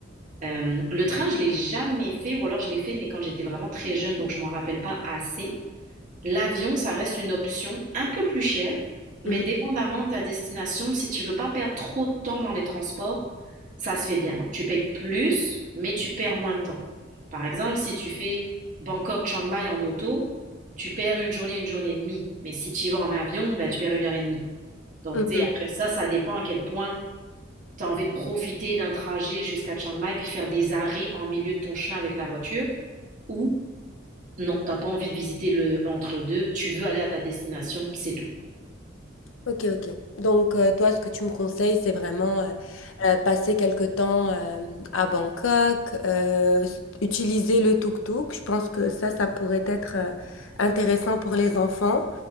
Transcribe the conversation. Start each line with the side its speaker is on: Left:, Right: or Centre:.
Right: Euh, le train, je l'ai jamais fait, ou alors je l'ai fait, mais quand j'étais vraiment très jeune, donc je m'en rappelle pas assez. L'avion, ça reste une option un peu plus chère, mais
Left: Mhm.
Right: dépendamment de ta destination, si tu veux pas perdre trop de temps dans les transports, ça se fait bien. Donc tu payes plus, mais tu perds moins de temps. Par exemple, si tu fais Bangkok-Chiang Mai en auto, tu perds une journée, une journée et demie. Mais si tu y vas en avion, ben, tu perds une heure et demie. Donc
Left: Mhm.
Right: tu sais, après ça, ça dépend à quel point tu as envie de profiter d'un trajet jusqu'à Chiang Mai, puis faire des arrêts en milieu de ton chemin avec la voiture, ou non, t'as pas envie de visiter le entre-deux, tu veux aller à ta destination, puis c'est tout.
Left: Ok, ok. Donc, euh, toi, ce que tu me conseilles, c'est vraiment euh, euh, passer quelque temps euh, à Bangkok, euh, s- utiliser le tuk-tuk. Je pense que ça, ça pourrait être euh, intéressant pour les enfants.